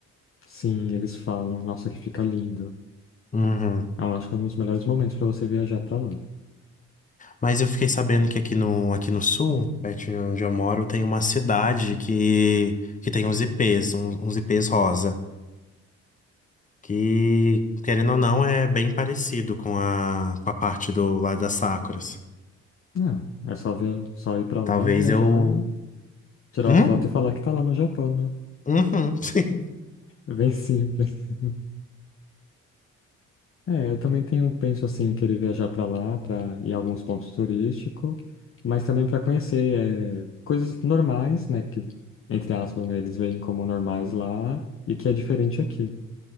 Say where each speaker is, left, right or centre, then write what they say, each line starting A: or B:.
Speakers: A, on the left; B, on the left.
A: sim, eles falam. Nossa, que fica lindo.
B: Uhum.
A: Eu acho que é um dos melhores momentos para você viajar para lá.
B: Mas eu fiquei sabendo que aqui no, aqui no sul, pertinho de onde eu moro, tem uma cidade que, que tem uns ipês, uns, uns ipês rosa. Que, querendo ou não, é bem parecido com a, com a parte do lado das sakuras.
A: Não, é só via... só ir para
B: Talvez
A: lá, viajar,
B: eu.
A: né? Tirar
B: Hum?
A: foto e falar que tá lá no Japão, né?
B: Uhum, <laughs> sim.
A: É bem simples. <laughs> É, eu também tenho, penso assim, em querer viajar para lá, para ir a alguns pontos turísticos, mas também para conhecer é, coisas normais, né, que, entre aspas, né, eles veem como normais lá e que é diferente aqui.